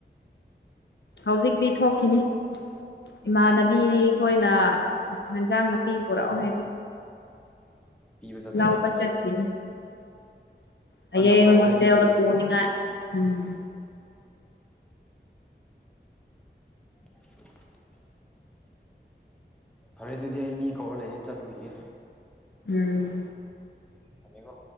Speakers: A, on the left (about 70°); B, in the centre.
A: ꯍꯧꯖꯤꯛꯇꯤ ꯊꯣꯛꯈꯤꯅꯤ ꯏꯃꯥꯟꯅꯕꯤꯅꯤ ꯑꯩꯈꯣꯏꯅ ꯍꯦꯟꯖꯥꯡ ꯅꯥꯄꯤ ꯄꯨꯔꯛꯑꯣ ꯍꯥꯏꯕꯒꯤ
B: ꯄꯤꯕ ꯆꯠꯇꯣꯏꯕ
A: ꯂꯥꯎꯕ ꯆꯠꯈꯤꯅꯤ ꯍꯌꯦꯡ
B: ꯅꯪꯅ ꯄꯨꯔꯛꯑꯣ
A: ꯍꯣꯁꯇꯦꯜꯗ
B: ꯍꯥꯏꯕꯤꯕꯒꯤ
A: ꯄꯨꯅꯤꯡꯉꯥꯏ ꯎꯝ
B: <unintelligible> ꯐꯔꯦ ꯑꯗꯨꯗꯤ ꯑꯩ ꯃꯤ ꯀꯧꯔ ꯂꯩꯌꯦ ꯆꯠꯂꯨꯈꯤꯒꯦ
A: ꯎꯝ
B: ꯊꯝꯃꯦ ꯀꯣ